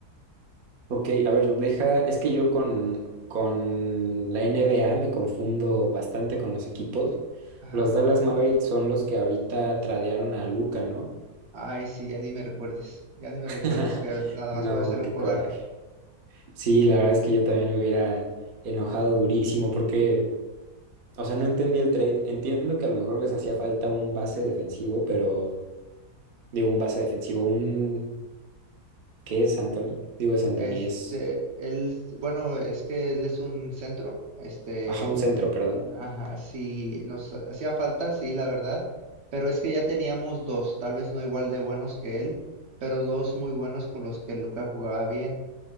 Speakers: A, on the right (about 70°); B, on the right (about 55°).
A: Ok, a ver, deja, es que yo con, con la N B A me confundo bastante con los equipos.
B: Ajá.
A: Los Dallas Mavericks son los que ahorita tradearon a Luca, ¿no?
B: Ay, sí, ya ni me recuerdes, ya ni me
A: <laughs>
B: recuerdes, que nada
A: No,
B: más voy a hacer un
A: qué
B: coraje.
A: coraje. Sí, la verdad es que yo también me hubiera enojado durísimo porque, o sea, no entendí el trade. Entiendo que a lo mejor les hacía falta un base defensivo, pero digo un base defensivo, un... ¿Qué es Anthony? Digo es Anthony,
B: Es,
A: es...
B: eh, él, es- bueno, es que él es un centro, este,
A: Ajá, un centro, perdón.
B: Ajá, sí, nos hacía falta, sí, la verdad, pero es que ya teníamos dos, tal vez no igual de buenos que él, pero dos muy buenos con los que Luca jugaba bien.